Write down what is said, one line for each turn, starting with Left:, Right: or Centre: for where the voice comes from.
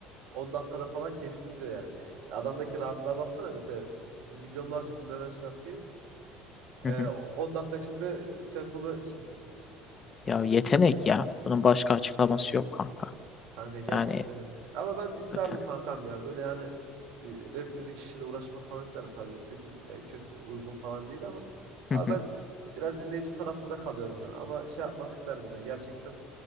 Right: 10 dakikada falan kestim diyor yani. Ya Adamdaki rahatlığa baksana mesela milyonlarca dinlenen şarkıyı e,
Left: Hı hı.
Right: 10 dakika içinde sample'ı çekiyor.
Left: Ya yetenek ya. Bunun başka açıklaması yok kanka.
Right: Kanka gerçekten
Left: Yani
Right: öyle. Ama ben isterdim
Left: hakikaten.
Right: kankam ya böyle yani bir rap müzik işiyle uğraşmak falan isterdim. Tabii sesim e, kötü uygun falan değil ama ama
Left: Hı
Right: ben
Left: hı.
Right: biraz dinleyici tarafında kalıyorum yani. Ama şey yapmak isterdim ben gerçekten